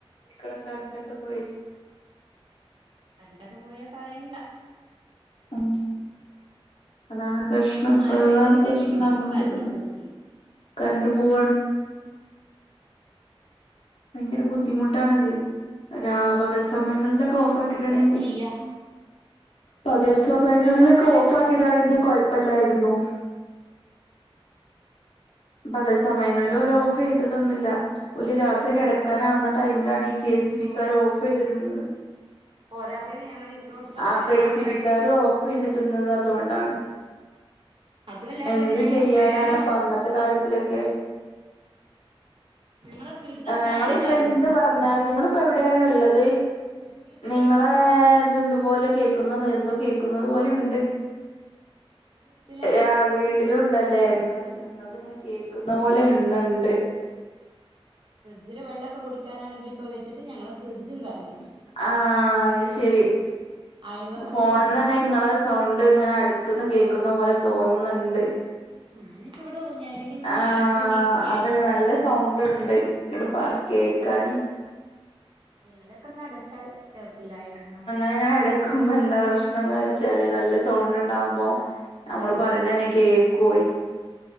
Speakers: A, on the left; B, on the right.
A: ഇക്കട കരണ്ടൊക്കെ പോയിട്ട്
B: കരണ്ടൊക്കെ പോയാ പറയണ്ട
A: ഉം അതാണ് പ്രശ്നം
B: ഒന്ന്
A: ഇപ്പ
B: മഴ പെയ്തിട്ടുണ്ടെങ്കി
A: അതാണ് പ്രശ്നം
B: പിന്നെ
A: നടന്നോണ്ട്ക്ക്ണത്
B: അപ്പൊ കറണ്ട് പോവും ചെയ്യും
A: കരണ്ട് പോവാണ് ഭയങ്കര ബുദ്ധിമുട്ടാണത് രാ പകൽ സമയങ്ങളിലൊക്കെ ഓഫാക്കിടാണെങ്കി
B: എന്താ ചെയ്യാ
A: പകൽ
B: പവർക്കട്ട്
A: സമയങ്ങളിലൊക്കെ
B: ആവാഞ്ഞാല്
A: ഓഫാക്കിടാണെങ്കിൽ
B: നമ്മളെ
A: കൊഴപ്പല്ലായിരുന്നു പകൽ സമയങ്ങളില് ഒരു ഓഫ് ചെയ്ത് തന്നില്ല ഓല് രാത്രി കെടക്കാനാവുന്ന ടൈമിലാണ് ഇ കെ സി ബിക്കാര്
B: പോരാ
A: ഓഫ് ചെയ്തിടുന്നത്
B: പോരാത്തേന് ഞങ്ങള് ഇരിക്കണോടത്തൊക്കെ
A: ആ
B: ഫാനൊക്കെ
A: കെ സി
B: കെടന്ന്
A: ബിക്കാര് ഓഫ് ചെയ്തിടുന്നത് അ അതോണ്ടാണ്
B: അതും അല്ലാത്തോണ്ട്
A: എന്ത്
B: ഞങ്ങളെ
A: ചെയ്യാനാണ്
B: ഫാനും
A: പ്പ അങ്ങത്തെ കാര്യത്തിലൊക്കെ
B: ഞങ്ങളെ വീട്ടത്തെ
A: ആ
B: ഫാനും
A: ഞങ്ങള് ഇപ്പ
B: കേടന്നിപ്പോ
A: എന്ത് പറഞ്ഞാലും നിങ്ങള് ഇപ്പ എവിടെയാണ് ഇള്ളത്
B: ഞാൻ വീട്ടിലാണ്
A: നിങ്ങളെ ഏ ഇത് എന്ത് പോലെ കേക്കുന്നത് എന്തോ കേക്കുന്നത് പോലെ ഉണ്ട്
B: ഞാൻ വീട്ടിലാണ്
A: യാ വീട്ടിലുണ്ടല്ലേ എന്നാ വച്ചെ നിങ്ങൾക്ക് അത്ങ്ങനെ കേൾക്കുന്ന പോലെ ഇന്ന്‌ണ്ട്
B: ഫ്രിഡ്ജില് വെള്ളൊക്കെ കുടിക്കാനാണെങ്കി ഇപ്പ വെച്ചിട്ട് ഞങ്ങളെ ഫ്രിഡ്ജും കേടാന്നെ
A: ആ അഹ് ശരി
B: അയൽവക്കത്തെ
A: ഫോണ്ന്ന്
B: വീട്ടിൽ
A: തന്നെ
B: പോയിട്ട്
A: ഇങ്ങള് സൗണ്ട് ഇങ്ങനെ അടുത്ത്ന്ന് കേൾക്കുന്ന പോലെ തോന്നുന്നു
B: ഞാനിപ്പോ ഇവിടെ ഊഞ്ഞാലിൽ ഇങ്ങനെ
A: ആ
B: ആടിക്കൊണ്ടിരിക്കയാണ്
A: അതെന്നെ നല്ല സൗണ്ട് ഉണ്ട് ഇങ്ങ പ കേക്കാനി
B: ജനലൊക്കൊന്നടച്ചാൽ കേൾക്കില്ലായിരുന്നു
A: എങ്ങനെ അട ക്കുമ്പ എന്താ പ്രശ്നം ന്ന് വെച്ചാല് നല്ല സൗണ്ട് ഇണ്ടാവുമ്പോ നമ്മള് പറയുന്നന്നെ കേക്കോയ്